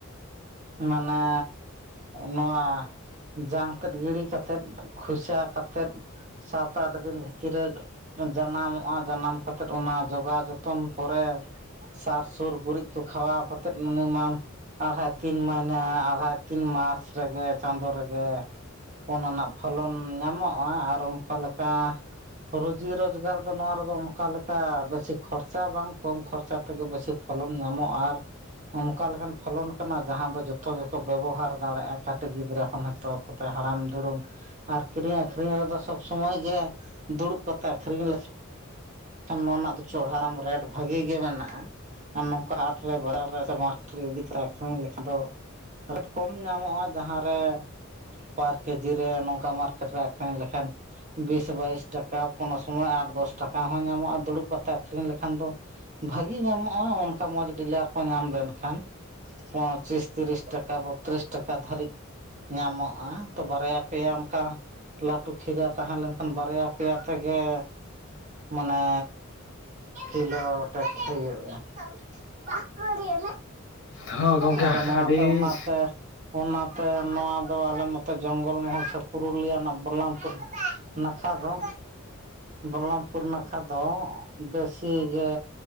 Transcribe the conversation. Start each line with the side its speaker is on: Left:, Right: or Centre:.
Right: ᱢᱟᱱᱮ ᱱᱚᱣᱟ ᱡᱟᱝ ᱛᱮᱫ ᱜᱤᱰᱤ ᱠᱟᱛᱮᱫ ᱠᱷᱩᱥᱟ ᱠᱟᱛᱮᱫ ᱥᱟᱛ ᱟᱴ ᱫᱤᱱ ᱵᱷᱤᱛᱨᱤ ᱨᱮ ᱡᱟᱱᱟᱢᱚᱜᱼᱟ ᱡᱟᱱᱟᱢ ᱠᱟᱛᱮᱫ ᱚᱱᱟ ᱡᱚᱜᱟᱣ ᱡᱚᱛᱚᱱ ᱯᱚᱨᱮ ᱥᱟᱨ ᱥᱩᱨ ᱜᱩᱨᱤᱡ ᱠᱚ ᱠᱷᱟᱣᱟᱣ ᱠᱟᱛᱮ ᱢᱤᱱᱤᱢᱟᱢ ᱟᱲᱦᱟᱭ ᱛᱤᱱ ᱢᱟᱭᱱᱟᱹ ᱟᱲᱦᱟᱭ ᱛᱤᱱ ᱢᱟᱥ ᱨᱮᱜᱮ ᱪᱟᱸᱫᱳ ᱨᱮᱜᱮ ᱚᱱᱟ ᱨᱮᱱᱟᱜ ᱯᱷᱚᱞᱚᱱ ᱧᱟᱢᱚᱜᱼᱟ ᱟᱨ ᱚᱱᱠᱟ ᱞᱮᱠᱟ ᱾ ᱨᱩᱡᱤ ᱨᱳᱡᱽᱜᱟᱨ ᱫᱚ ᱱᱚᱣᱟ ᱨᱮᱫᱚ ᱚᱱᱠᱟ ᱞᱮᱠᱟ ᱵᱮᱥᱤ ᱠᱷᱚᱨᱪᱟ ᱵᱟᱝ ᱠᱚᱢ ᱠᱷᱚᱨᱪᱟ ᱾ ᱛᱮᱜᱮ ᱵᱮᱥᱤ ᱯᱷᱚᱞᱚᱱ ᱧᱟᱢᱚᱜᱼᱟ ᱟᱨ ᱾ ᱚᱱᱠᱟ ᱞᱮᱠᱟᱱ ᱯᱷᱚᱞᱚᱱ ᱠᱟᱱᱟ ᱡᱟᱦᱟᱸ ᱫᱚ ᱡᱚᱛᱚ ᱜᱮᱠᱚ ᱵᱮᱵᱚᱦᱟᱨ ᱫᱟᱲᱮᱭᱟᱜᱼᱟ ᱠᱟᱹᱴᱤᱡ ᱜᱤᱫᱽᱨᱟᱹ ᱠᱷᱚᱱ ᱱᱤᱛᱚᱜ ᱦᱟᱲᱟᱢ ᱫᱩᱲᱩᱢ ᱟᱨ ᱠᱤᱨᱤᱧ ᱟᱹᱠᱷᱨᱤᱧ ᱨᱮᱫᱚ ᱥᱚᱵ ᱥᱚᱢᱚᱭ ᱜᱮ ᱫᱩᱲᱩᱵ ᱠᱟᱛᱮ ᱟᱠᱷᱨᱤᱧ ᱞᱮ ᱱᱚᱣᱟ ᱨᱮᱱᱟᱜ ᱫᱚ ᱪᱚᱲᱦᱟᱢ <unintelligible> ᱨᱮᱴ ᱵᱷᱟᱜᱤ ᱜᱮ ᱢᱮᱱᱟᱜᱼᱟ ᱟᱨ ᱱᱚᱝᱠᱟ ᱦᱟᱴᱨᱮ ᱵᱟᱡᱟᱨ ᱨᱮ ᱥᱮ ᱢᱟᱴ ᱨᱮ ᱤᱫᱤ ᱠᱟᱛᱮ ᱟᱠᱷᱨᱤᱧ ᱞᱮᱠᱷᱟᱱ ᱫᱚ ᱨᱮᱴ ᱠᱚᱢ ᱧᱟᱢᱚᱜᱼᱟ ᱡᱟᱦᱟᱸᱨᱮ ᱵᱟᱨ ᱠᱮᱡᱤ ᱨᱮ ᱱᱚᱝ ᱚᱱᱠᱟ ᱢᱟᱨᱠᱮᱴ ᱨᱮ ᱟᱠᱷᱨᱤᱧ ᱞᱮᱠᱷᱟᱱ ᱵᱤᱥ ᱵᱟᱭᱤᱥ ᱴᱟᱠᱟ ᱠᱚᱱᱳ ᱥᱚᱢᱚᱭ ᱟᱴ ᱫᱚᱥ ᱴᱟᱠᱟ ᱦᱚᱸ ᱧᱟᱢᱚᱜᱼᱟ ᱫᱩᱲᱩᱵ ᱠᱟᱛᱮ ᱟᱠᱷᱨᱤᱧ ᱞᱮᱠᱷᱟᱱ ᱫᱚ ᱵᱷᱟᱜᱤ ᱧᱟᱢᱚᱜᱼᱟ ᱚᱱᱠᱟ ᱢᱚᱸᱡᱽ ᱰᱤᱞᱟᱨ ᱠᱚ ᱧᱟᱢ ᱞᱮᱱᱠᱷᱟᱱ ᱯᱚᱪᱤᱥ ᱛᱤᱨᱤᱥ ᱴᱟᱠᱟ ᱵᱚᱛᱛᱨᱤᱥ ᱴᱟᱠᱟ ᱫᱷᱟᱹᱨᱤᱡ ᱧᱟᱢᱚᱜᱼᱟ ᱛᱚ ᱵᱟᱨᱭᱟ ᱯᱮᱭᱟᱢ ᱾ ᱞᱟᱹᱴᱩ ᱠᱷᱤᱨᱟᱹ ᱛᱟᱦᱮᱸ ᱞᱮᱱᱠᱷᱟᱱ ᱵᱟᱨᱭᱟ ᱯᱮᱭᱟ ᱛᱮᱜᱮ ᱢᱟᱱᱮ ᱠᱤᱞᱳ <unintelligible> ᱦᱩᱭᱩᱜᱼᱟ <unintelligible>
Left: ᱦᱚᱸ ᱜᱚᱝᱠᱮ
Right: ᱟᱫᱚ ᱱᱚᱣᱟ
Left: ᱟᱹᱰᱤ
Right: ᱛᱮ ᱚᱱᱟ ᱛᱮ ᱚᱱᱟ ᱛᱮ ᱱᱚᱣᱟ ᱫᱚ ᱟᱞᱮ ᱱᱚᱛᱮ ᱡᱚᱝᱜᱚᱞ ᱢᱚᱦᱚᱞ ᱥᱮ ᱯᱩᱨᱩᱞᱤᱭᱟ ᱨᱮᱱᱟᱜ ᱵᱚᱨᱞᱟᱢᱯᱩᱨ ᱱᱟᱠᱷᱟ ᱫᱚ ᱵᱚᱞᱞᱟᱢᱯᱩᱨ ᱱᱟᱠᱷᱟ ᱫᱚ ᱵᱮᱥᱤ ᱜᱮ